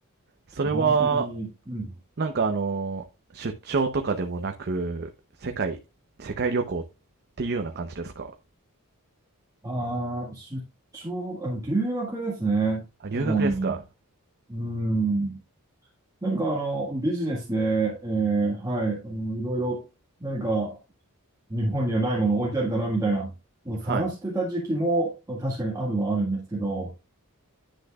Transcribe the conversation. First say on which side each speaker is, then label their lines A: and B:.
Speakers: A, on the right; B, on the right.
A: それは、
B: 基本的に、うん、
A: なんかあの、出張とかでもなく、世界、世界旅行っていうような感じですか
B: ああ、出張、あの、留学ですね、
A: あ、留学ですか
B: 主に。うん。何かあの、ビジネスで、えーはい、あの、いろいろ何か日本にはないもの置いてあるかなみたいなのを探してた時期も確かにあるはあるんですけど、
A: はい。